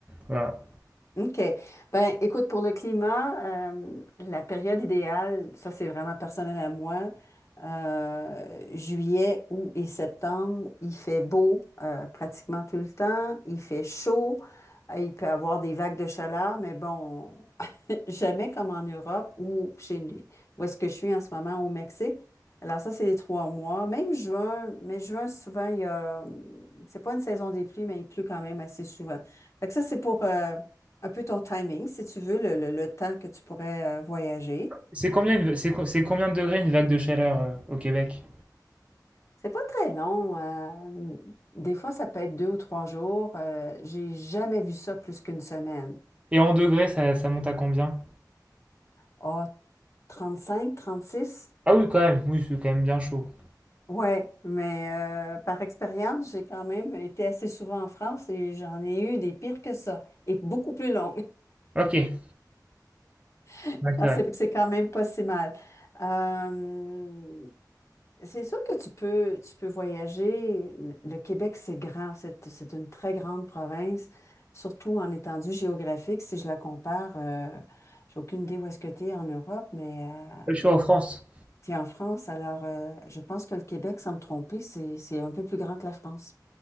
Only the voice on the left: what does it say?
OK. Ben, écoute, pour le climat, euh, la période idéale, ça c'est vraiment personnel à moi, euh, juillet, août et septembre, il fait beau euh, pratiquement tout le temps, il fait chaud, euh, il peut avoir des vagues de chaleur, mais bon, Jamais comme en Europe ou chez où est-ce que je suis en ce moment au Mexique. Alors ça, c'est les trois mois. Même juin, mais juin, souvent, il y a, c'est pas une saison des pluies, mais il pleut quand même assez souvent. Fait que ça, c'est pour euh, un peu ton timing, si tu veux, le, le- le temps que tu pourrais euh, voyager.
C'est pas très long. euh, des fois, ça peut être deux ou trois jours. Euh, j'ai jamais vu ça plus qu'une semaine.
Ah, trente six.
Ouais, mais euh, par expérience, j'ai quand même été assez souvent en France et j'en ai eu des pires que ça, et beaucoup plus longues.
<laughs>
Alors,
c'est c'est quand même pas si mal. Euh, c'est sûr que tu peux, tu peux voyager. Le le Québec, c'est grand, c'est c'est une très grande province, surtout en étendue géographique. Si je la compare, euh, j'ai aucune idée où est-ce que tu es en Europe, mais euh,
Puis en France, alors, euh, je pense que le Québec, sans me tromper, c'est, c'est un peu plus grand que la France.